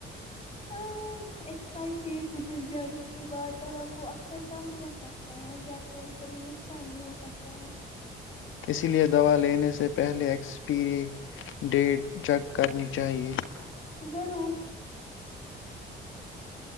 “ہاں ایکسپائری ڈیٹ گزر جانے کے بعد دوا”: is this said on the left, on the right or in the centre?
Left